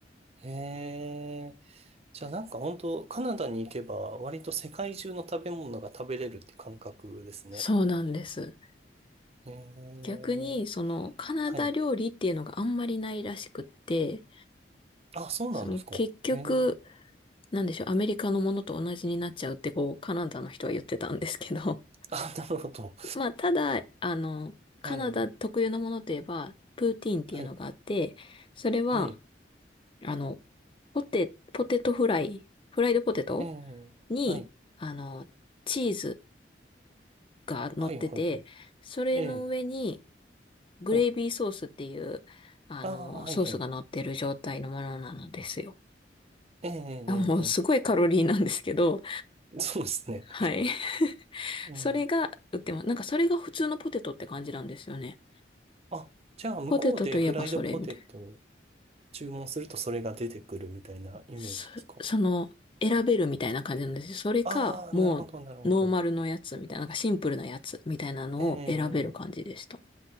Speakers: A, on the right; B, on the left.
A: ええ。じゃあなんか本当カナダに行けば、割と世界中の食べ物が食べれるって感覚ですね。
B: そうなんです。
A: ええ、
B: 逆に、その、カナダ料理っていうのがあんまりないらしくって、
A: はい。あ、そうなんですか。
B: その結局、
A: ええ、
B: なんでしょう、アメリカのものと同じになっちゃうってこう、カナダの人は言ってたんですけど、
A: <laughs> あ、なるほど。
B: <laughs> まあ、ただ、あの、カナダ特有なものといえば、
A: んええ、
B: プーティーンっていうのがあって、
A: はい、
B: それは、
A: はい、
B: あの、ポテ、ポテトフライ、フライドポテト
A: ええ、
B: に、
A: はい、
B: あの、チーズが乗ってて、
A: はい、はい、はい、
B: それの上に、
A: ええ、
B: グレイビーソースっていう、
A: はい、
B: あの、
A: ああ、はい、
B: ソースが乗ってる状態のものなのですよ。
A: はい、ええ、えーえ、
B: あもうすごいカロリーなんですけど、
A: えー <laughs> そうですね。
B: はい。<laughs>
A: <laughs> うん。
B: それが売ってます。なんかそれが普通のポテトって感じなんですよね。
A: あ、じゃあ、向こうでフライドポテトを
B: ポテトといえばそれみたいな。
A: 注文するとそれが出てくるみたいなイメージですか
B: そ、その、選べるみたいな感じなんですよ。それか、
A: ああー、
B: もう、
A: なるほど、なるほど。
B: ノーマルのやつみたいな、なんかシンプルなやつみたいなのを選べる感じでした。
A: ええ、